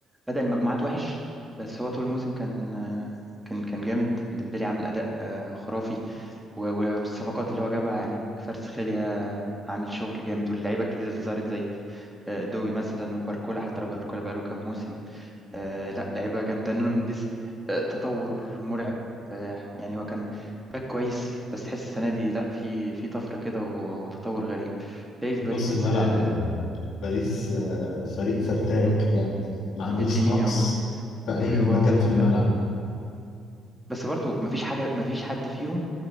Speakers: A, in the centre; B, on the left (about 70°).
A: بدأ المجموعات وحش بس هو طول الموسم كان آه، كان كان جامد ديمبلي عامل أداء آه، خرافي و- و- والصفقات اللي هو جابها يعني كفاراتسخيليا عامل شغل جامد واللعيبة الجديدة اللي ظهرت زي آه، دوي مثلا وباركولا حتى لو باركولا بقاله كام موسم آه لا لعيبة جامدة نونو مينديز آه تطور مرعب آه يعني هو كان باك كويس بس تحس السنة دي لا في في طفرة كده و- وتطور غريب شايف
B: نص
A: باريس
B: الملعب
A: آه
B: يعني لا باريس آه، فريق فتاك
A: مم،
B: يعني ما عندوش
A: فيتينيا
B: نقص
A: و-
B: في اي
A: وجواو
B: مكان في الملعب
A: لا بس برضو مفيش حاجة مفيش حد فيهم